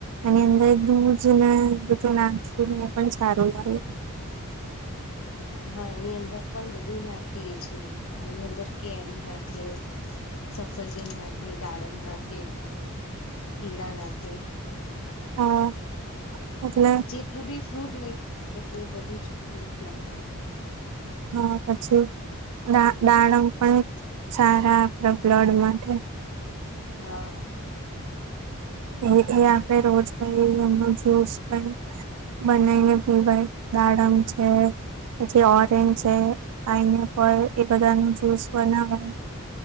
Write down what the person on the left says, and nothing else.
હા એની અંદર પણ બધું નાખીએ છેીએ એની અંદર કેરી નાખે સફરજન નાખે દાડમ નાખે કીડા નાખે.
જેટલું બી ફ્રૂટ હોય એટલું બધું જ ફૂટ ન ખાય
હા.